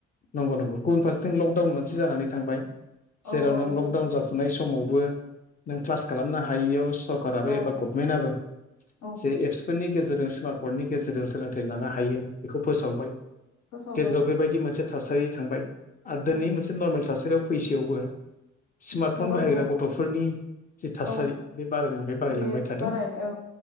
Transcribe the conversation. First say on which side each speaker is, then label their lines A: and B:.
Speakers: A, on the left (about 30°); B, on the left (about 70°).
A: नंगौ नंगौ
B: उम
A: गुबुन फारसेथिं लकडाउन
B: उम
A: मोनसे जानानै थांबाय जेराव
B: औ औ
A: नों
B: बेहायबो
A: लकडाउन जाफुनाय समावबो नों क्लास खालामनो हायियाव सरकाराबो
B: औ
A: एबा गभमेन्टआबो
B: औ
A: जे एपसफोरनि गेजेरजों स्मार्टफननि गेजेरजों सोलोंथाइ लानो हायो बेखौ फोसावबाय। गेजेराव
B: फोसावबाय
A: बेबायदि मोनसे थासारि थांबाय आरो दोनै
B: उम
A: मोनसे नर्मेल थासारियाव फैसेयावबो स्मार्टफन
B: मबाइलखौ
A: बाहायग्रा गथ'फोरनि जि थासारि
B: औ
A: बे बारायनिफ्राय बारायलांबाय
B: बेयो
A: थादों।
B: बाराय औ